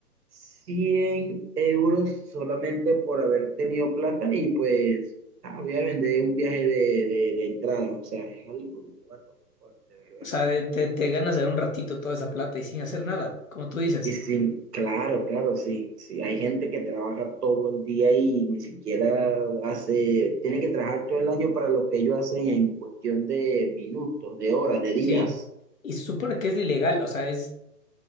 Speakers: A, on the right; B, on the left.
A: 100 euros solamente por haber tenido plata y pues, ah, voy a vender un viaje de, de, de entradas, o sea, es algo, what the fuck, de verdad.
B: O sea, de- te, te ganas de dar un ratito toda esa plata y sin hacer nada, como tú dices.
A: Y sin, claro, claro, sí, sí. Hay gente que trabaja todo el día y ni siquiera hace, tiene que trabajar todo el año para lo que ellos hacen en cuestión de minutos, de horas, de días.
B: Sí. Y se supone que es ilegal, o sea, es